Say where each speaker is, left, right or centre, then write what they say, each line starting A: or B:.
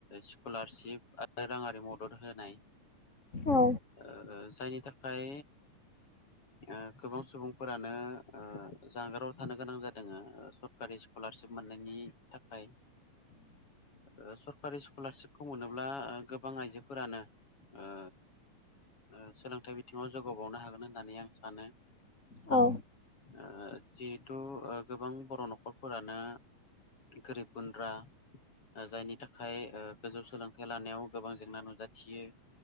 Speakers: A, on the left; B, on the left.
A: स्कलारशिप आरो राङारि मदद होनाय।
B: औ
A: ओ जायनि थाखाय ओ गोबां सुबुंफोरानो ओ जानगाराव थानो गोनां जादों ओ सरकारि स्कलारशिप मोननायनि थाखाय
B: <inaudible>
A: ओ सरकारि स्कलारशिपखौ मोनोब्ला गोबां आइजोफोरानो ओ ओ सोलोंथाइ बिथिङावनो जौगाबावनो हागोन होननानै आं सानो।
B: औ
A: ओ जिहेथु ओ गोबां बर' न'खरफोरानो गारिब गुन्द्रा ओ जायनि ओ थाखाय गोजौ सोलोंथाइ लानायाव गोबां जेंना नुजाथियो।